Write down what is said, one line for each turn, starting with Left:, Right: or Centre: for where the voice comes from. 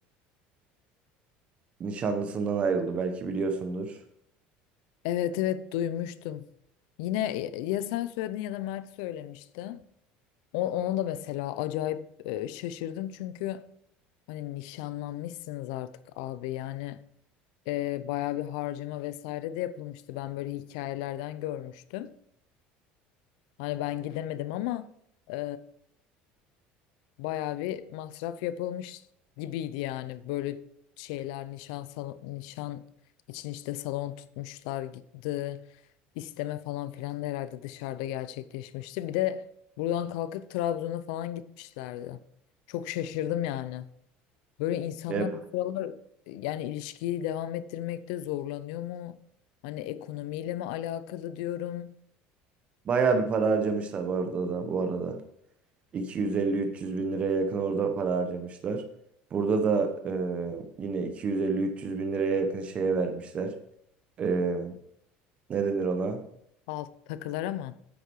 Right: nişanlısından ayrıldı belki biliyorsundur.
Left: Evet evet duymuştum. Yine ya sen söyledin ya da Mert söylemişti. O, ona da mesela acayip e, şaşırdım çünkü hani nişanlanmışsınız artık abi yani. e, bayağı bir harcama vesaire de yapılmıştı. Ben böyle hikayelerden görmüştüm. Hani ben gidemedim ama e, bayağı bir masraf yapılmış gibiydi yani. Böyle şeyler nişan salon, nişan için işte salon tutmuşlar gitti. İsteme falan filan da herhalde dışarıda gerçekleşmişti. Bir de buradan kalkıp Trabzon'a falan gitmişlerdi. Çok şaşırdım yani. Böyle insanlar
Right: Evet.
Left: bu sıralar yani ilişkiyi devam ettirmekte zorlanıyor mu? Hani ekonomiyle mi alakalı diyorum.
Right: Bayağı bir para harcamışlar orada da bu arada. iki yüz elli üç yüz bin liraya yakın orada para harcamışlar. Burada da e, yine iki yüz elli üç yüz bin liraya yakın şeye vermişler. E, ne denir ona?
Left: Alt takılar ama.